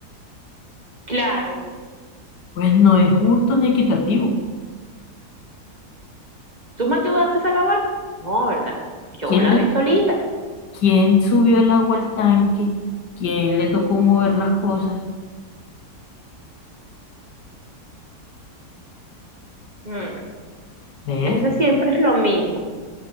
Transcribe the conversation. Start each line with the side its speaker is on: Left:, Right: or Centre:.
Right: Claro.
Left: Pues no es justo ni equitativo.
Right: ¿Tú me ayudaste a lavar? No, ¿verdad? Yo
Left: ¿Quién,
Right: lavé
Left: te-
Right: solita.
Left: quién subió el agua al tanque? ¿Quién le tocó mover las cosas?
Right: Mm,
Left: ¿Ves?
Right: ese siempre es lo mismo.